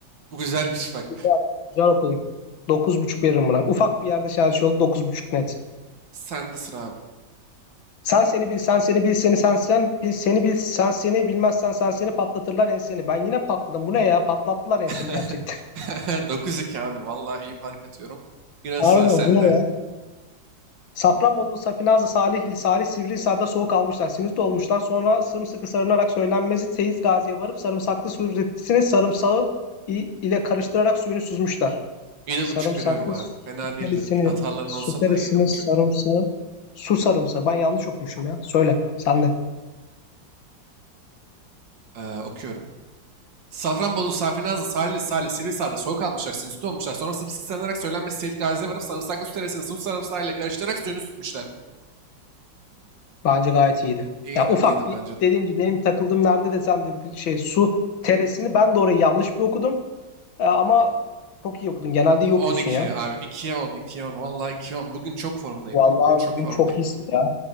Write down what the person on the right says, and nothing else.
Bu güzelmiş bak.
Sende sıra abi.
<laughs>
Dokuz iki abi. Vallahi iyi fark atıyorum.
Yine
sıra sende.
yedi
buçuk veriyorum abi.
Fena değildin. Hataların
olsa da 7,5.
Ee, okuyorum. Safranbolu, Safinazlı, Salihli, Salih, Sivrihisar'da soğuk almışlar, sinüzit olmuşlar. Sonra sımsıkı sarılarak söylenmesi Seyit Gazi'ye varıp sarımsaklı su teresini sıvı sarımsağı ile karıştırarak suyunu tutmuşlar.
İyiydim,
iyiydim
bence de.
Ee,
on
iki
abi. 2'ye 10, ikiye 10. Vallahi ikiye 10. Bugün çok formdayım.
Bugün çok
formdayım.